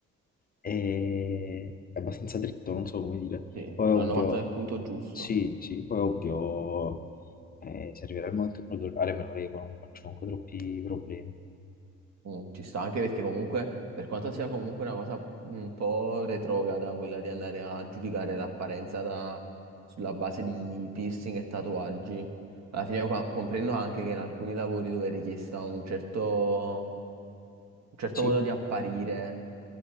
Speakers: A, on the left (about 30°); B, on the right (about 60°).
A: e è abbastanza dritto, non so come dire.
B: sì,
A: Poi ovvio,
B: l'hanno fatto nel punto giusto.
A: sì, sì, poi ovvio, eh, se arriverà il momento in cui devo lavorare me lo levo, non mi faccio comunque troppi problemi.
B: Mm, ci sta anche perché comunque, per quanto sia comunque una cosa un po' retrograda, quella di andare a giudicare l'apparenza da- sulla base di piercing e tatuaggi, alla fine qua- comprendo anche che in alcuni lavori dove è richiesta un certo, un certo
A: Sì,
B: modo di apparire,